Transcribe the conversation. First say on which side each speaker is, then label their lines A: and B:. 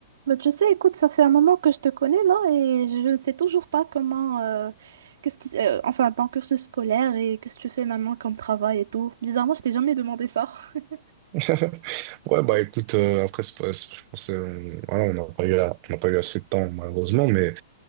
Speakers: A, on the right (about 65°); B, on the right (about 30°).
A: Bah, tu sais, écoute, ça fait un moment que je te connais là et je ne sais toujours pas comment, euh, qu'est-ce qui, euh, enfin, ton cursus scolaire et qu'est-ce que tu fais maintenant comme travail et tout. Bizarrement, je t'ai jamais demandé ça. <laughs>
B: <laughs> Ouais, bah écoute, euh, après, c'est pas- c'est- je pense, euh, voilà, on n'a pas eu, à- on n'a pas eu assez de temps, malheureusement, mais